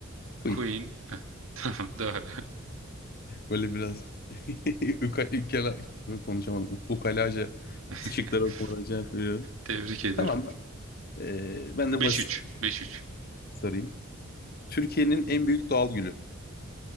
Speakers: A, on the left; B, on the right.
A: Queen.
B: Queen. Heh, <laughs> Tamam doğru.
A: Böyle biraz <laughs> uka, ukala, konuşamadım. Ukalaca
B: <laughs>
A: şıkları okumadan cevap veriyorum.
B: Tebrik ederim.
A: Tamam. Ee, ben
B: Beş
A: de basitine
B: üç. Beş üç.
A: sorayım. Türkiye'nin en büyük doğal gülü.